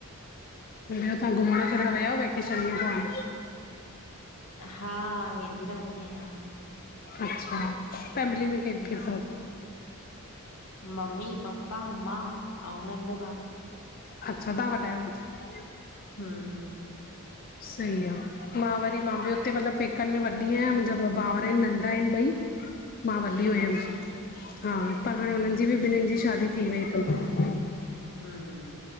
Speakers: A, on the left; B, on the left.
A: <unintelligible> तव्हां घुमण फिरण वयव वैकेशन में ताण
B: हा, वेंदी रहंदी आहियां
A: अच्छा, फैमिली में केर
B: हम्म
A: केर तव
B: मम्मी, पपा, मां ऐं नंढो भा।
A: अच्छा, तव्हां वॾा आयो <unintelligible>
B: हम्म
A: सही आ, मां वरी मां बि हुते मतलबु पेकनि में वॾी आहियां मुंहिंजा ॿ भाउर आहिनि नंढा आहिनि ॿई <inaudible> मां वॾी हुयमि
B: अच्छा
A: हा पर
B: हम्म,
A: हाणे हुननि जी बि ॿिन्हनि
B: हम्म,
A: जी शादी थी वई अथनि
B: हम्म,